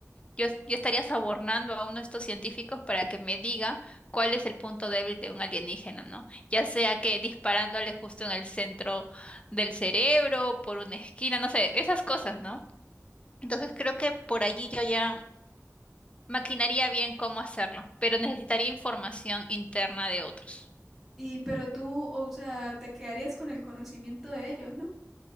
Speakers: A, on the left (about 20°); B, in the centre.
A: yo, es- yo estaría sobornando a uno de estos científicos para que me diga cuál es el punto débil de un alienígena, ¿no? Ya sea que disparándole justo en el centro del cerebro, por una esquina, no sé, esas cosas, ¿no? Entonces creo que por allí yo ya maquinaría bien cómo hacerlo, pero necesitaría información interna de otros.
B: Y pero tú, o sea, te quedarías con el conocimiento de ellos, ¿no?